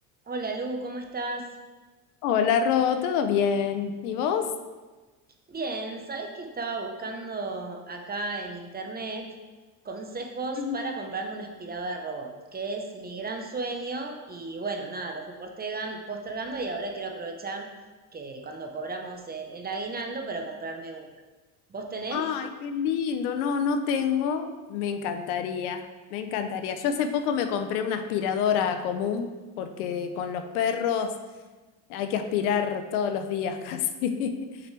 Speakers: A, on the right; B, on the left.
A: Hola Lu, ¿cómo estás?
B: Hola, Ro, ¿todo bien? ¿Y vos?
A: Bien, ¿sabés que estaba buscando acá en internet consejos
B: Ujú.
A: para comprarme una aspiradora de robot, que es mi gran sueño y bueno, nada, lo fui postergan- postergando y ahora quiero aprovechar que cuando cobramos el, el aguinaldo para comprarme una. ¿Vos tenés?
B: Ay, qué lindo. No, no tengo. Me encantaría, me encantaría. Yo hace poco me compré una aspiradora común porque con los perros hay que aspirar todos los días casi. <laughs>